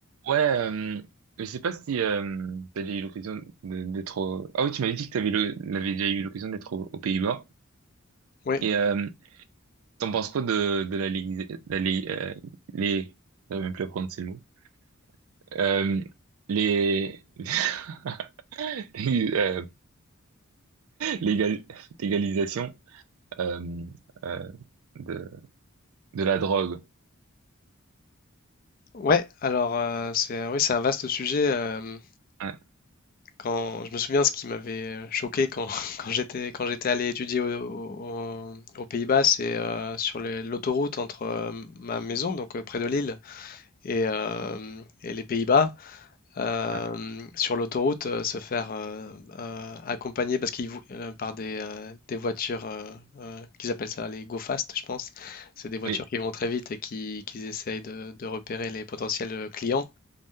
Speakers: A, on the right; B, on the left.
A: Ouais, euh, je sais pas si euh, t'as déjà eu l'occasion de- d'être au... Ah oui, tu m'avais dit que t'avais le... l'avais déjà eu l'occasion d'être au- aux Pays-Bas.
B: Oui,
A: Et euh, t'en penses quoi de, de la Ligue... La Ligue euh, les... J'arrive même plus à prononcer le mot. Euh, les... <laughs> les, euh, l'égal- L'égalisation euh, euh, de... de la drogue.
B: ouais, alors euh, c'est euh, oui, c'est un vaste sujet. euh,
A: Ouais,
B: quand, je me souviens ce qui m'avait euh, choqué quand, <laughs> quand j'étais quand j'étais allé étudier au- au- aux Pays-Bas, c'est euh, sur les- l'autoroute entre euh, ma maison, donc euh, près de Lille, et, euh, et les Pays-Bas. euh,
A: ouais,
B: sur l'autoroute, euh, se faire euh, euh, accompagner parce qu'ils vou- euh, par des, euh, des voitures euh, euh, qu'ils appellent ça les go fast, je pense. C'est des voitures
A: oui,
B: qui vont très vite et qui, qui essayent de de repérer les potentiels clients.